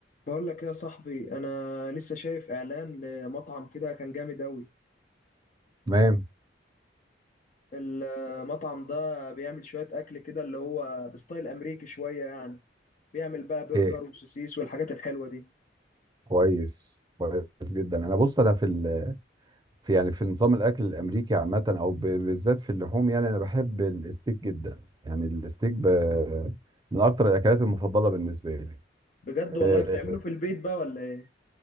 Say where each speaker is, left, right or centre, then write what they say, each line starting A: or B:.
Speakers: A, on the left (about 45°); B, on the right (about 25°).
A: بقول لك إيه يا صاحبي انا لسه شايف اعلان لمطعم كده كان جامد اوي
B: تمام
A: المطعم ده بيعمل شوية اكل كده اللي هو بستايل امريكي شوية يعني بيعمل بقى برجر
B: إيه
A: وسوسيس والحاجات الحلوة دي
B: كويس كويس جدا انا بص انا في ال... في يعني في نظام الاكل الامريكي عامه او ب... بالذات في اللحوم يعني انا بحب الستيك جدا يعني الستيك ب... من اكتر الاكلات المفضله بالنسبه لي
A: بجد
B: إيه
A: والله بتعمله في البيت بقى ولا ايه